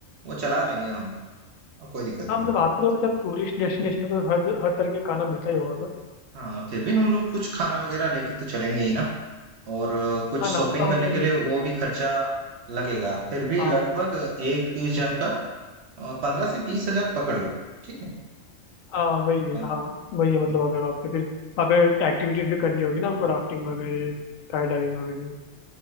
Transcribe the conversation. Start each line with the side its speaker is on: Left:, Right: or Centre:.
Right: वो चला लेंगे हम और कोई दिक्कत
Left: हाँ
Right: नहीं
Left: मतलब वहाँ पे तो मतलब टूरिस्ट डेस्टिनेशन है तो हर हर तरह के खाना मिलता ही होगा उधर
Right: हाँ फिर भी हम लोग कुछ खाना वगैरह लेके तो चलेंगे ही ना और अ, कुछ
Left: हाँ नाश्ता
Right: शॉपिंग करने
Left: वगैरह
Right: के लिए वो भी खर्चा लगेगा फिर भी
Left: हाँ
Right: लगभग एक जन का पंद्रह से बीस हजार पकड़ लो ठीक है
Left: हाँ वही है
Right: पन-
Left: हाँ वही है मतलब अगर वहाँ पे फिर वहाँ पे एक्टिविटीज भी करनी होगी ना हमको राफ्टिंग वगैरह स्काई डाइविंग वगैरह